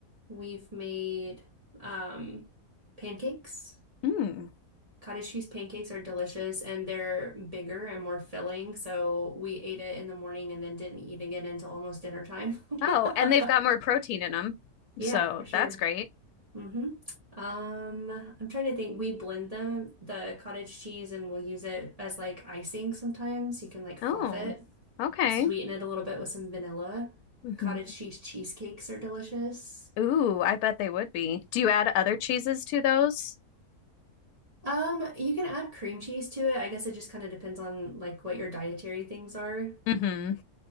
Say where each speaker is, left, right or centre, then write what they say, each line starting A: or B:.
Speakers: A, on the right; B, on the left.
A: We've made um pancakes.
B: Mm.
A: Cottage cheese pancakes are delicious and they're bigger and more filling, so we ate it in the morning and then didn't eat again until almost dinner time.
B: Oh,
A: <laughs>
B: and they've got more protein in them,
A: Yeah,
B: so
A: for sure.
B: that's great.
A: hmm Um, I'm trying to think. We blend them, the cottage cheese, and we'll use it as like icing sometimes. You can like fluff
B: Oh,
A: it
B: okay.
A: and sweeten it a little bit with some vanilla.
B: hmm
A: Cottage cheese cheesecakes are delicious.
B: Ooh, I bet they would be. Do you add other cheeses to those?
A: Um, you can add cream cheese to it. I guess it just kind of depends on like what your dietary things are.
B: hmm